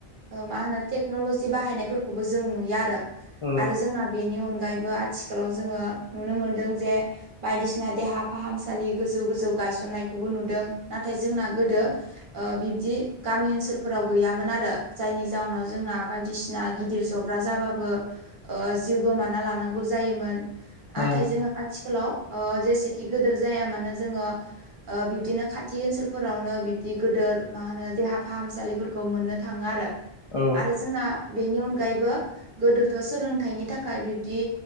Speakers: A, on the right; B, on the left.
A: मा होनो टेक्नलजि बाहायनायफोरखौबो जों नुयो आरो
B: औ
A: आरो जोंना बेनि अनगायैबो आथिखालाव जोंङो नुनो मोनदों जे बायदिसिना देहा फाहामसालि गोजौ गोजौ गायसननायखौबो नुदों नाथाय जोंना गोदो बिब्दि गामि ओनसोलफोराव गैयामोन आरो जायनि जाउनाव जोंना बायदिसिना बिसिना गिदिर जब्रा जाबाबो जिउ गोमाना लानांगौ जायोमोन नाथाय
B: उम
A: जोंङो आथिखालाव जेसेखि गिदोर जाया मानो जोंङो। बिब्दिनो खाथि ओनसोलफोरावनो बिबदि गिदिर मा होनो देहा फाहामसालिफोरखौ मोननो थांङो आरो
B: औ
A: आरो जोंना बेनि अनगायैबो गोदोथ' सोलोंथाइनि थाखाय बिब्दि